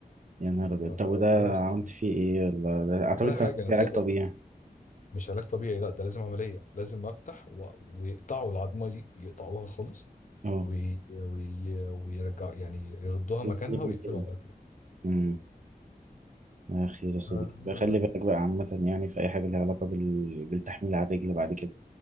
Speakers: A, on the right; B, on the left.
A: يا نهار ابيض
B: فربنا
A: طب وده
B: يستر.
A: عملت فيه ايه ولا ده- اعتقد
B: ولا
A: ده
B: حاجه
A: محتاج
B: انا سايبها
A: علاج طبيعي
B: مش علاج طبيعي لا ده لازم عمليه لازم افتح و... ويقطعوا العظمه دي يقطعوها خالص
A: اه
B: وي... وي... ويرجعوا يعني يردوها
A: يا
B: مكانها
A: ابن
B: ويقفلوا
A: ال-
B: عليها تاني
A: مم. يا أخي يا صديقي
B: آه، الحمد
A: بقى خلي
B: لله
A: بالك بقى عامة يعني في أي حاجة ليها علاقة بال... بالتحميل على الرجل بعد كده